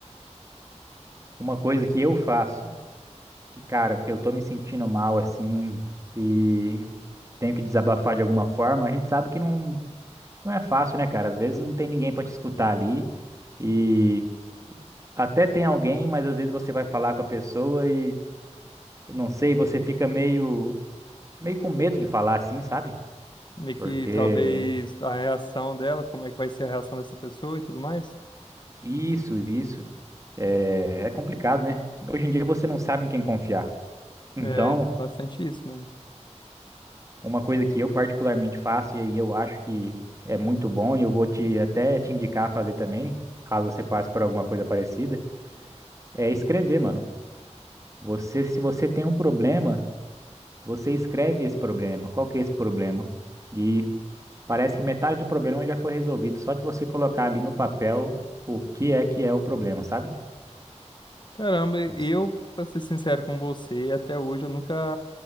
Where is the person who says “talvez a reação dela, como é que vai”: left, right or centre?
Left